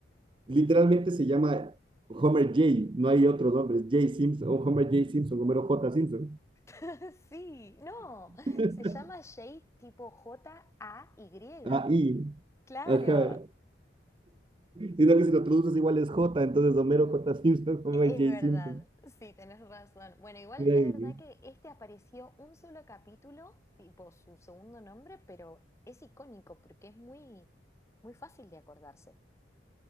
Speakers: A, on the right (about 25°); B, on the left (about 15°).
A: Literalmente se llama Homer J, no hay otro nombre, es J Simpson, o Homer J Simpson, Homero J Simpson.
B: <laughs> Sí, no,
A: <laughs>
B: se llama Jay tipo J-A-Y.
A: Ahí,
B: Claro,
A: ajá. Sino que si lo traduces igual es J, entonces Homero J Simpson, Homer
B: es
A: J
B: verdad,
A: Simpson.
B: sí, tenés razón. Bueno, igual
A: Ay,
B: es verdad que este apareció un solo capítulo, tipo su segundo nombre, pero es icónico porque es muy, muy fácil de acordarse.